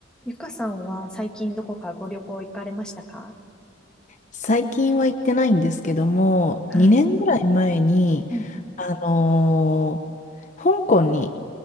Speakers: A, in the centre; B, on the left.
A: ゆかさんは最近どこかご旅行行かれましたか
B: 最近は行ってないんですけども、
A: はい。
B: 2年ぐらい前に、
A: うんうん。
B: あのー香港に、